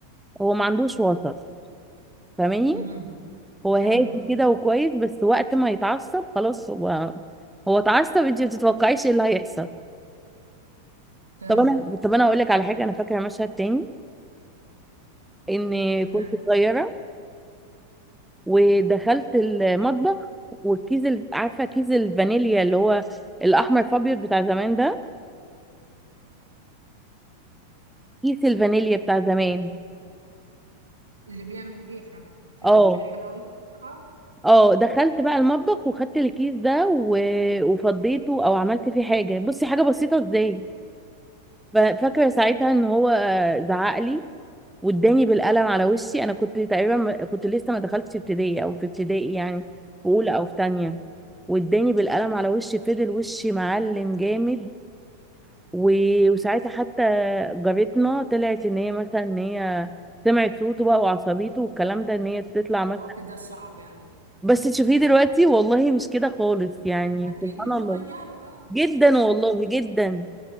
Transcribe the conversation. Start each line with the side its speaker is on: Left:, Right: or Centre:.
Centre: هو ما عندوش وسط فاهماني
Right: آه.
Centre: هو هادي
Right: أم
Centre: كده وكويس بس وقت ما يتعصب خلاص هو هو اتعصب انت ما تتوقعيش ايه اللي هيحصل
Right: تمام
Centre: طب انا طب انا اقول لك على حاجه انا فاكره مشهد تاني ان
Right: تمام
Centre: كنت صغيره ودخلت المطبخ والكيس ال- عارفه كيس الفانيليا اللي هو الاحمر فابيض بتاع زمان ده كيس الفانيليا بتاع زمان
Right: اللي بيعمل ريحة في
Centre: اه
Right: في الحلويات اه
Centre: اه دخلت بقى المطبخ وخدت الكيس ده و... وفضيته او عملت فيه حاجه بصي حاجه بسيطه ازاي ف- فاكره ساعتها ان هو زعق لي واداني بالقلم على وشي انا كنت تقريبا ما- كنت لسه ما دخلتش ابتدائي او في ابتدائي يعني في اولى او في تانية
Right: أمم.
Centre: واداني بالقلم على وشي فضل وشي معلم جامد و- وساعتها حتى جارتنا طلعت ان هي مثلا ان هي سمعت صوته بقى وعصبيته والكلام ده ان هي تطلع مثلا
Right: باباكي ده صعب أوي
Centre: بس تشوفيه دلوقتي
Right: آه.
Centre: والله مش كده خالص يعني
Right: أكيد
Centre: سبحان
Right: بيتغيروا
Centre: الله
Right: اه
Centre: جدا
Right: احنا بنتغير
Centre: والله جدا